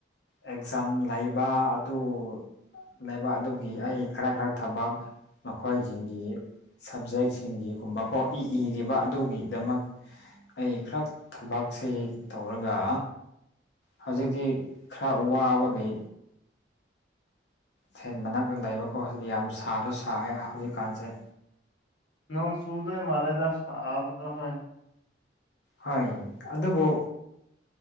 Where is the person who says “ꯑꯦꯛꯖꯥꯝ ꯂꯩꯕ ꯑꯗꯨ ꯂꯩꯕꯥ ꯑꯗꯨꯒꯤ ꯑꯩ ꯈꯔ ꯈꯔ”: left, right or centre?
Left